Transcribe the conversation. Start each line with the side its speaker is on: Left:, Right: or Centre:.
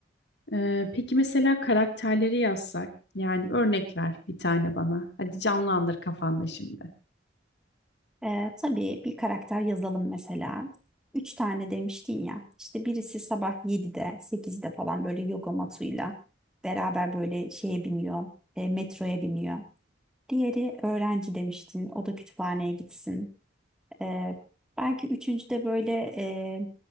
Left: Ee, peki mesela karakterleri yazsak, yani örnek ver bir tane bana. Hadi canlandır kafanda şimdi.
Centre: Ee, tabii bir karakter yazalım mesela. Üç tane demiştin ya. İşte birisi sabah 7'de, 8'de falan böyle yoga matıyla beraber böyle şeye biniyor, e, metroya biniyor. Diğeri öğrenci demiştin. O da kütüphaneye gitsin. Ee, belki üçüncü de böyle e,